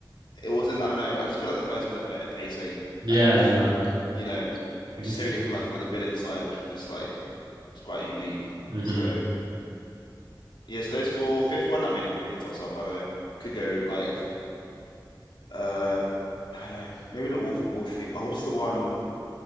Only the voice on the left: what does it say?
It wasn't. I don't know. I just feel like the first one had better pacing,
and
you know,
just
hearing
it from like from like the villain side was just like it's quite unique.
So yeah, so those four. Fifth one, I mean, it could be a toss up. I don't know. Could go like. uh I don't know, maybe not Wolf of Wall Street. Oh, what's the one?